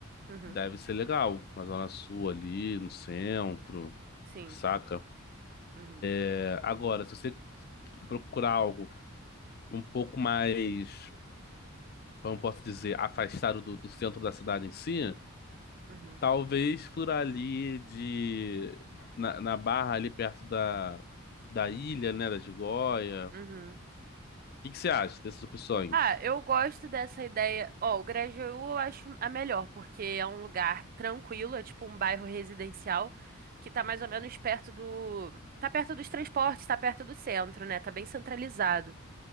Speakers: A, on the right; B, on the left.
A: Uhum.
B: Deve ser legal. Na Zona Sul ali, no centro,
A: Sim.
B: saca?
A: Uhum.
B: É, agora, se você procurar algo um pouco mais, como eu posso dizer, afastado do do centro da cidade em si.
A: Uhum.
B: Talvez por ali de na, na Barra ali perto da, da ilha, né, da Gigoia. O
A: Uhum.
B: que que você acha dessas opções?
A: Ah, eu gosto dessa ideia. Ó, o Grajaú eu acho a melhor, porque é um lugar tranquilo, é tipo um bairro residencial que tá mais ou menos perto do. Tá perto dos transportes, tá perto do centro, né? Tá bem centralizado.